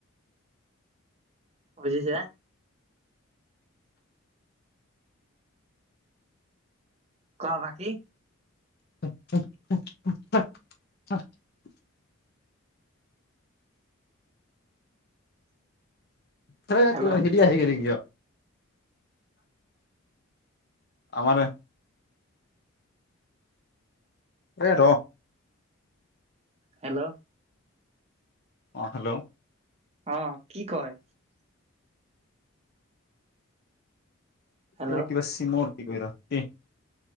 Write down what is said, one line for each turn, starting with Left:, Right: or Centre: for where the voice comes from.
Right: বুজিছ কৰা ন কিি
Left: <unintelligible> স ত
Right: হেল্ল'
Left: হিডয় হেগিয় আমাৰ হ ৰ
Right: হেল্ল'
Left: অ হেল্ল'
Right: অ কি কয় হেল্ল'
Left: এই কিবা চি মৰ্ত কৰি ্